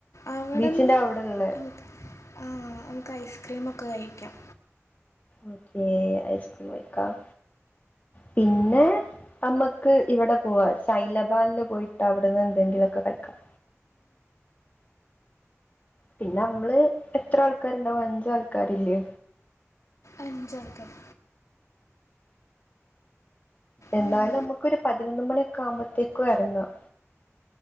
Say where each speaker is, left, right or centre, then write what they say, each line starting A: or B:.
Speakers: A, on the left (about 75°); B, on the left (about 30°).
A: അവിടെ
B: ബീച്ചിന്റെ
A: നിന്ന്
B: അവിടെള്ള
A: നമുക്ക് ആ നമുക്ക് ഐസ്ക്രീമൊക്കെ കഴിക്കാം
B: ഓക്കേ ഐസ്ക്രീമ് കഴിക്കാം. പിന്നെ നമ്മക്ക് ഇവടെ പോവാം സൈൻ ലബാനില് പോയിട്ട് അവിടുന്ന് എന്തെങ്കിലും ഒക്കെ കഴിക്കാം. പിന്നെ അമ്മള് എത്ര ആൾക്കാരുണ്ടാവും? അഞ്ച് ആൾക്കാരില്ലേ?
A: അഞ്ചാൾക്കാര്
B: എന്തായാലുമുക്ക്
A: ഉം.
B: ഒരു പതിനൊന്ന് മണിയൊക്കെ ആവുമ്പോത്തേക്ക് എറങ്ങാം.